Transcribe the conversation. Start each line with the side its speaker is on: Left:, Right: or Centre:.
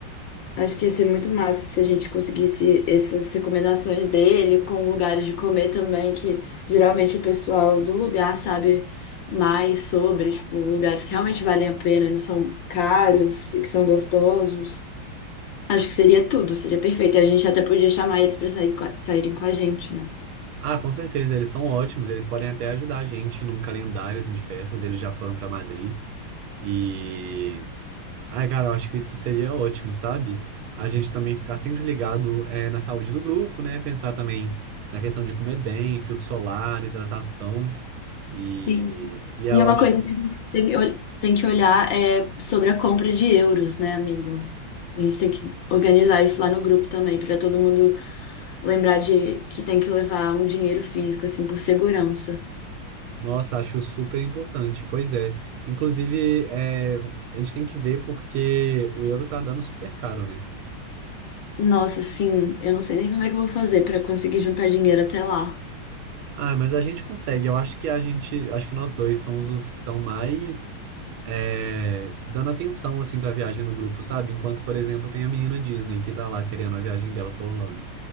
Left: Acho que ia ser muito massa se a gente conseguisse essas recomendações dele com lugares de comer também, que geralmente o pessoal do lugar sabe mais sobre, tipo, lugares que realmente valem a pena e não são caros e que são gostosos. Acho que seria tudo, seria perfeito. E a gente até podia chamar eles para sair, co- saírem com a gente, né?
Right: Ah, com certeza, eles são ótimos. Eles podem até ajudar a gente num calendário assim, de festas. Eles já foram para Madrid e Ai, cara, eu acho que isso seria ótimo, sabe? A gente também ficar sempre ligado, é, na saúde do grupo, né? Pensar também na questão de comer bem, filtro solar, hidratação. E,
Left: Sim.
Right: e eu
Left: E é uma
Right: acho
Left: coisa
Right: que,
Left: que a gente tem, que ol- tem que olhar é sobre a compra de euros, né, amigo? A gente tem que organizar isso lá no grupo também, para todo mundo. Lembrar de que tem que levar um dinheiro físico, assim, por segurança.
Right: nossa, acho super importante. Pois é. Inclusive, é, a gente tem que ver porque o euro tá dando super caro, né?
Left: Nossa, sim, eu não sei nem como é que eu vou fazer pra conseguir juntar dinheiro até lá.
Right: Ah, mas a gente consegue. Eu acho que a gente, acho que nós dois somos os que estão mais é, dando atenção assim para viagem no grupo, sabe? Enquanto, por exemplo, tem a menina Disney que tá lá querendo a viagem dela para Orlando.